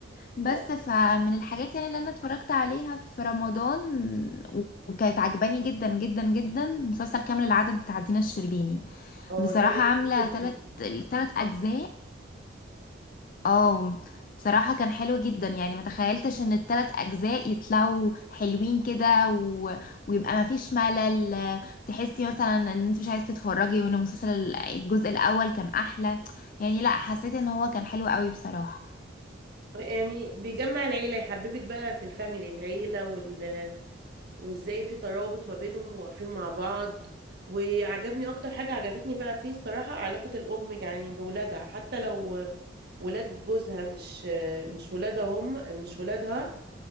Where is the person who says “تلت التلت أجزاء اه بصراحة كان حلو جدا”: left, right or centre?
Left